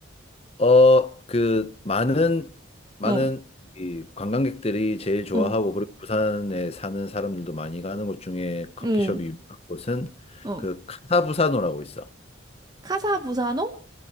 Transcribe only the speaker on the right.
어,
어,
어,
어.
카사부사노?